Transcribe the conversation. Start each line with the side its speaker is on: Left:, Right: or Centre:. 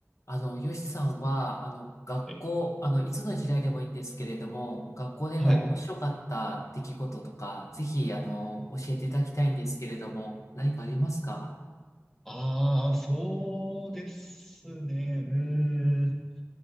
Left: あの、よしさんは、あの、学校、
Centre: はい。
Left: あの、いつの時代でもいいんですけれども、学校での面白かった出来事とか、
Centre: はい。
Left: ぜひ、あの、教えていただきたいんですけれども、何かありますか
Centre: ああ、そうですね。うーん。